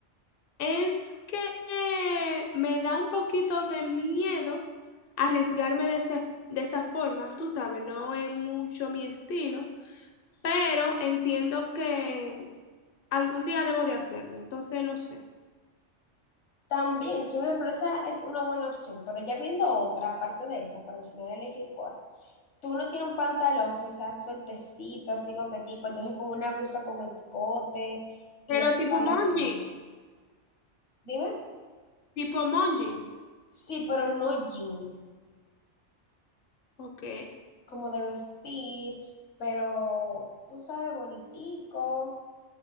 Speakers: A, on the left; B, on the left.
A: Es que eh, me da un poquito de miedo arriesgarme de, ese- de esa forma, tú sabes, no es mucho mi estilo, pero entiendo que algún día debo de hacerlo, entonces no sé.
B: También, si una empresa es una buena opción, pero ya viendo otra, aparte de esa, para al final elegir cuál. Tú no tienes un pantalón que sea sueltecito, así coquetico, entonces con una blusa con escote y
A: Pero
B: espalda
A: tipo Monji,
B: afuera. Dime.
A: tipo Monji,
B: Sí, pero no jean,
A: ok.
B: como de vestir, pero tú sabes, bonitico.